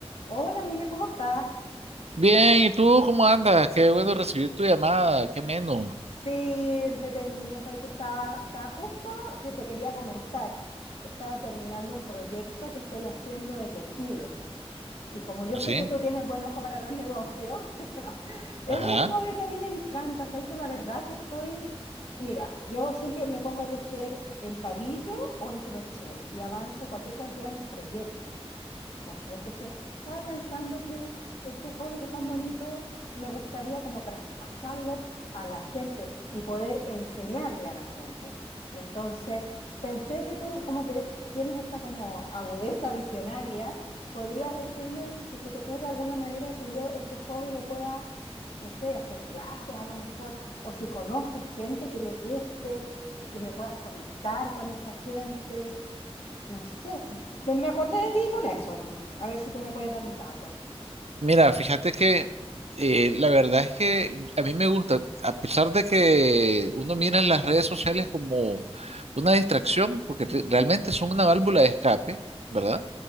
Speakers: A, on the left; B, on the right.
A: Hola Miguel, ¿cómo estás?
B: Bien, ¿y tú cómo andas? Qué bueno recibir tu llamada, qué ameno.
A: Sí, entretenido. Sabes que estaba, estaba justo que te quería comentar. Estaba terminando un proyecto que estoy haciendo de tejido. Y como yo
B: ¿Así?
A: sé que tú tienes buen ojo para los negocios, <laughs> no, es
B: Ajá.
A: un hobby que a mí me encanta. Sabes que la verdad que estoy, mira, yo siempre me pongo a tejer en palillo o en crochet y avanzo cualquier cantidad en los proyectos. ¿Cachai? Entonces, estaba pensando que este hobby que es tan bonito, me gustaría como traspasarlo a la gente y poder enseñarle a la gente. Entonces, pensé que tú como que tienes esa como agudeza visionaria, podrías decirme si se te ocurre alguna manera en que yo este hobby lo pueda, no sé, hacer clases a lo mejor, o si conoces gente que le guste, que me puedas conectar con esa gente. No sé, me me acordé de ti con eso. A ver si tú me puedes dar un dato.
B: Mira, fíjate que eh, la verdad es que a mí me gusta, a pesar de que uno mira en las redes sociales como una distracción, porque re- realmente son una válvula de escape, ¿verdad?
A: Sí,